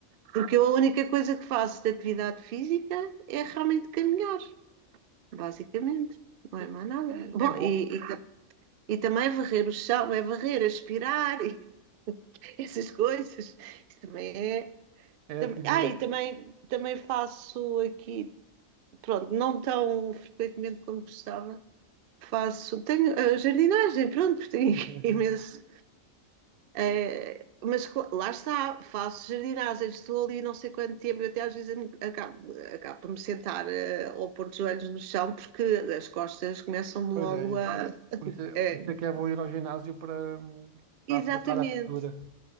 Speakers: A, on the right; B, on the right.
A: Porque eu a única coisa que faço de atividade física é realmente caminhar, basicamente. Não é
B: Sim,
A: mais nada. Bom,
B: é bom.
A: e, e, ta- e também varrer o chão, é varrer, é aspirar, e <laughs> essas coisas. Isso também é.
B: É
A: tam-
B: ativismo.
A: ah, e também, também faço aqui, pronto, não tão frequentemente como gostava faço. Tenho eh, jardinagem, pronto, tenho
B: Sim, sim,
A: <laughs>
B: sim.
A: imenso. eh, mas cla- lá está, faço jardinagem, estou ali não sei quanto tempo, eu até às vezes me- acabo, acabo por me sentar eh, ou pôr os joelhos no chão, porque as costas começam-me
B: Pois
A: logo
B: é isso.
A: a.
B: Por isso, é-
A: é,
B: por isso é que é bom ir ao ginásio para, hum, para
A: exatamente,
B: tratar a postura.